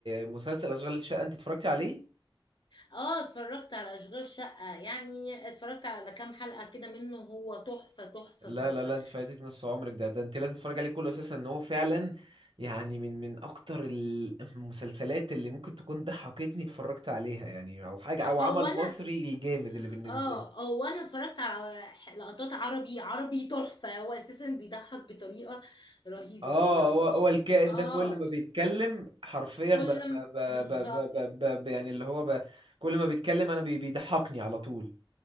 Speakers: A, on the right; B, on the left.
A: مسلسل اشغال الشقه انت اتفرجتي عليه
B: اه اتفرجت على اشغال شقة يعني اتفرجت على كام حلقة كده منه هو تحفة تحفة
A: لا
B: تحفة
A: لا لا انت فايتك نص عمرك ده ده انت لازم تتفرج عليه كله اساسا ان هو فعلا يعني من من اكتر ال- <clears throat> المسلسلات اللي ممكن تكون ضحكتني اتفرجت عليها يعني او حاجه او عمل
B: هو انا
A: مصري الجامد اللي بالنسبه
B: اه
A: لي
B: هو انا اتفرجت على ح- لقطات عربي عربي تحفة هو اساسا بيضحك بطريقة رهيبة
A: اه
B: اللي هو-
A: هو هو الكائن
B: اه
A: ده كل ما بيتكلم حرفيا
B: كل
A: ب ب
B: ما-
A: ب
B: بالظبط
A: ب ب ب ب يعني اللي هو ب كل ما بيتكلم انا بي- بيضحكني على طول